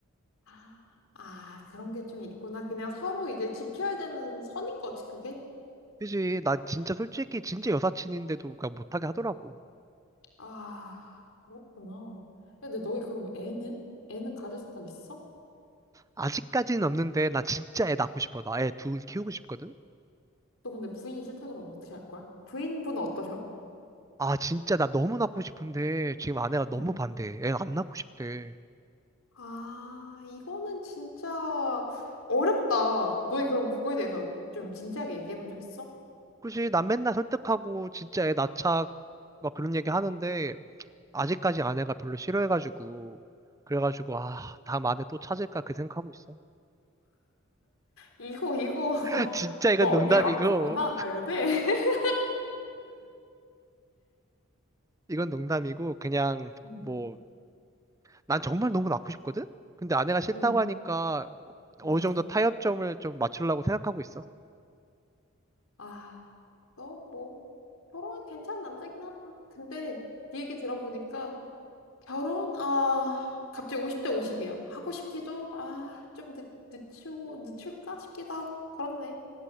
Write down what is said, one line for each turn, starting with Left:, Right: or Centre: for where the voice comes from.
Left: 아, 아, 그런 게 좀 있구나. 그냥 서로 이제 지켜야 되는 선인 거지, 그게?
Right: 그지? 나 진짜 솔직히 진짜 여사친인데도 그러니까 못하게 하더라고.
Left: 아, 그렇구나. 근데 너희 그럼 애는? 애는 가질 생각 있어?
Right: 아직까지는 없는데 나 진짜 애 낳고 싶어. 나 애 둘 키우고 싶거든?
Left: 너 근데 부인이 싫다 그러면 어떻게 할 거야? 부인분은 어떠셔?
Right: 아 진짜 나 너무 낳고 싶은데 지금 아내가 너무
Left: 응.
Right: 반대해. 애 안 낳고 싶대.
Left: 아, 이거는 진짜 어렵다. 너희 그럼 그거에 대해서 좀 진지하게 얘기해 본 적 있어?
Right: 그치? 난 맨날 설득하고 진짜 애 낳자 막 그런 얘기 하는데 아직까지 아내가 별로 싫어해가지고 그래가지고 아 다음 아내 또 찾을까 그 생각하고 있어.
Left: 이거, 이거, <laughs>
Right: <laughs> 진짜 이건
Left: 너
Right: 농담이고
Left: 어디 아프구나, 나 요새? <laughs>
Right: 이건 농담이고 그냥
Left: 응.
Right: 뭐 난 정말 너무 낳고 싶거든? 근데 아내가 싫다고
Left: 응,
Right: 하니까 어, 어느
Left: 응.
Right: 정도 타협점을 좀 맞추려고 생각하고 있어.
Left: 아. 너 뭐 결혼은 괜찮은 남자긴 하다. 근데 네 얘기 들어보니까 결혼 아 갑자기 50대 50이야. 하고 싶기도 아 좀 늦추고 늦출까 싶기도 하고 그렇네.